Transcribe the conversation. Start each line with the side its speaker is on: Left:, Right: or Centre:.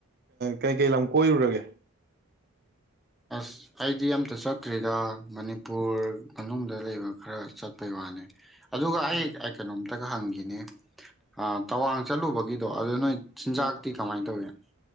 Right: ꯀꯩꯀꯩ ꯂꯝ ꯀꯣꯏꯔꯨꯔꯒꯦ
Centre: ꯑꯁ ꯑꯩꯗꯤ ꯑꯝꯇ ꯆꯠꯇ꯭ꯔꯤꯗ ꯃꯅꯤꯄꯨꯔ ꯃꯅꯨꯡꯗ ꯂꯩꯕ ꯈꯔ ꯆꯠꯄꯩ ꯋꯥꯅꯤ ꯑꯗꯨꯒ ꯍꯥꯏ
Right: ꯎꯝ
Centre: ꯀꯩꯅꯣꯝ ꯇꯒ ꯍꯪꯈꯤꯅꯦ ꯑ ꯇꯋꯥꯡ ꯆꯠꯂꯨꯕꯒꯤ ꯣ ꯑꯗꯨ ꯅꯣꯏ ꯆꯤꯟꯖꯥꯛꯇꯤ
Right: ꯑ
Centre: ꯀꯃꯥꯏꯅ ꯇꯧꯏꯤ